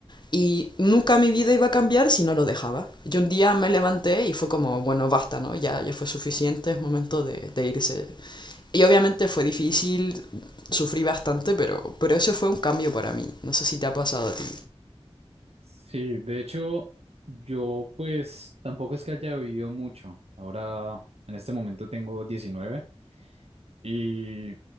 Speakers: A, on the left; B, on the right.
A: Y nunca mi vida iba a cambiar si no lo dejaba. Yo un día me levanté y fue como, bueno, basta, ¿no? Ya, ya fue suficiente, es momento de, de irse y obviamente fue difícil, sufrí bastante, pero, pero eso fue un cambio para mí. No sé si te ha pasado a ti.
B: Sí, de hecho, yo pues tampoco es que haya vivido mucho. Ahora, en este momento tengo 19 y